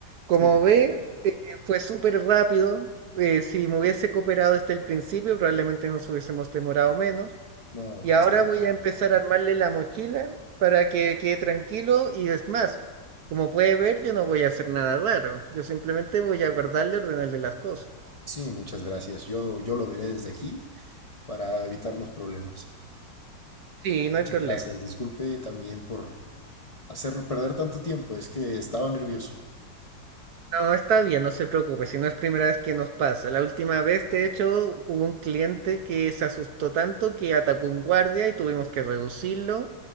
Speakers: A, on the right; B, on the left.
A: Como
B: Sí,
A: ve, eh, fue súper rápido. eh, si me hubiese cooperado desde el principio, probablemente nos hubiésemos demorado menos.
B: no,
A: Y ahora
B: dis-
A: voy a empezar a armarle la mochila para que quede tranquilo y es más, como puede ver, yo no voy a hacer nada raro, yo simplemente voy a guardarle, ordenarle las cosas.
B: sí, muchas gracias. Yo, yo lo veré desde aquí para evitarnos problemas.
A: Sí, no
B: Muchas
A: hay problema.
B: gracias. Disculpe también por hacerlo perder tanto tiempo. Es que estaba nervioso.
A: No, está bien, no se preocupe, si no es primera vez que nos pasa. La última vez, de hecho, hubo un cliente que se asustó tanto que atacó un guardia y tuvimos que reducirlo.